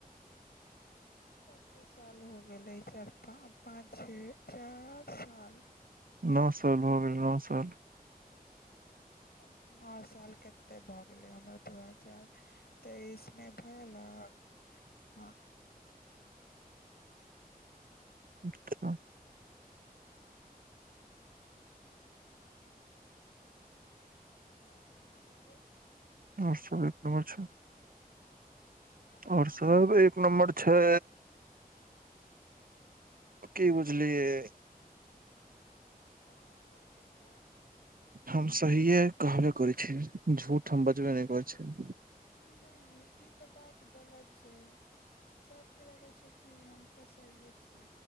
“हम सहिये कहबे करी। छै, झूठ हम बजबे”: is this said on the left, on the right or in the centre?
Right